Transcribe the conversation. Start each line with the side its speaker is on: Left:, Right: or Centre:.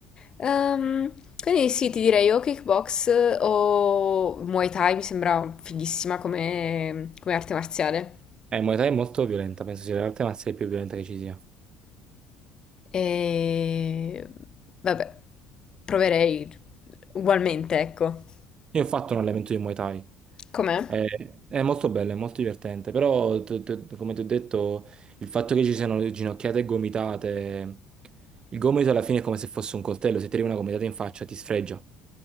Left: Ehm, quindi sì, ti direi o kickbox eh, o Muay Thai, mi sembra fighissima come, come arte marziale.
Right: Eh, Muay Thai è molto violenta, penso sia l'arte marziale più violenta che ci sia.
Left: E vabbè, proverei ugualmente, ecco.
Right: Io ho fatto un allenamento di Muay Thai.
Left: Com'è?
Right: È, è molto bello, è molto divertente, però t- t- come ti ho detto, il fatto che ci siano le ginocchiate e gomitate, il gomito alla fine è come se fosse un coltello, se ti arriva una gomitata in faccia ti sfregia.